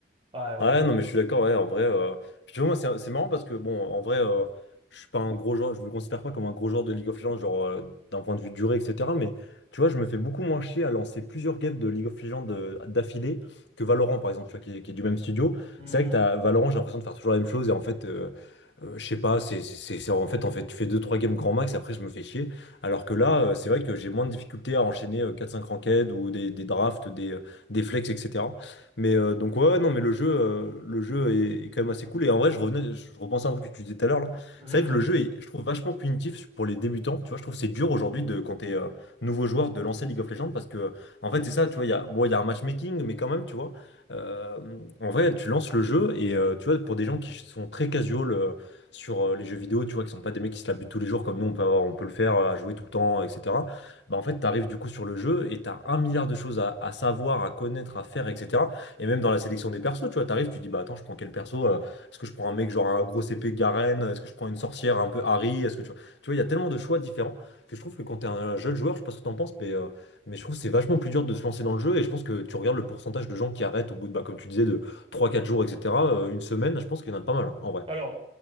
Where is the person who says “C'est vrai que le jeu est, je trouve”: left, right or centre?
Left